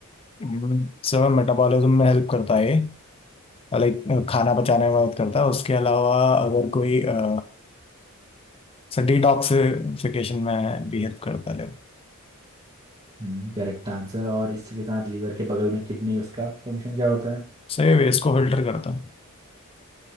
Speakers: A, on the left; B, on the right.
A: हम्म, सर मेटाबॉलिज्म में हेल्प करता है लाइक खाना पचाने में मदद करता है उसके अलावा अगर कोई अ, सर डिटॉक्सिफिकेशन में भी हेल्प करता है
B: हम्म Correct answer और इसी के साथ लीवर के बगल में किडनी उसका फंक्शन क्या होता है
A: सर ये वेस्ट को फिल्टर करता है